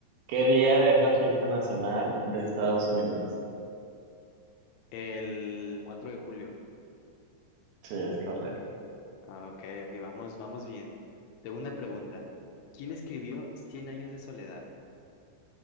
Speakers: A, on the right; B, on the left.
A: ¿Qué día es la fiesta nacional de Estados Unidos?
B: El 4 de julio.
A: Sí, es correcto.
B: Ah, Ok, ok, vamos, vamos bien. Segunda pregunta, ¿quién escribió Cien años de soledad?